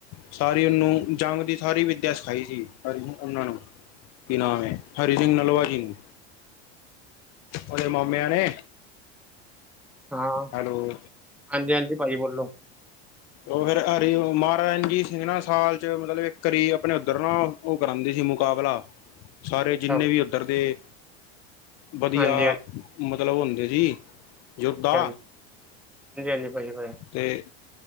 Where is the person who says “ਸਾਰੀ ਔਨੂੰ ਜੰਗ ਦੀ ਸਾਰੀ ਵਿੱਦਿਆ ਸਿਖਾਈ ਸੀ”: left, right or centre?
Left